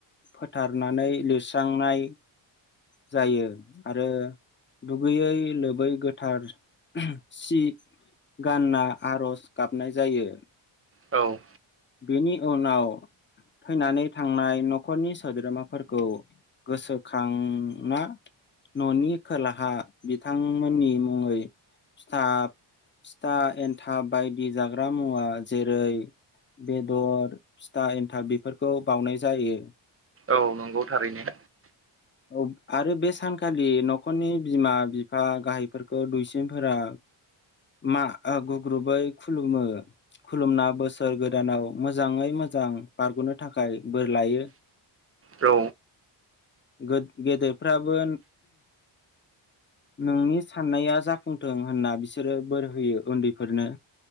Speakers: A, on the left; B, on the right.
A: फोथारनानै लिरस्रांनाय जायो आरो दुगैयै लोबै गोथार ओहम सि गानना आर'ज गाबनाय जायो।
B: औ।
A: बेनि उनाव थैनानै थांनाय न'खरनि सोद्रोमाफोरखौ गोसोखांना न'नि खोलाहा बिथांमोननि मुङै फिथा फिथा एन्थाब बायदि जाग्रा मुवा जेरै बेदर फिथा एन्थाब बेफोरखौ बाउनाय जायो।
B: औ नंगौ थारैनो।
A: औ आरो बे सानखालि न'खरनि बिमा बिफा गाहायफोरखौ दुइसिनफोरा मा गुग्रुबै खुलुमो। खुलुमना बोसोर गोदानाव मोजाङै मोजां बारग'नो थाखाय बोर लायो।
B: औ।
A: गोन गेदेरफ्राबो नोंनि साननाया जाफुंथों होनना बिसोरो बोर होयो उन्दैफोरनो।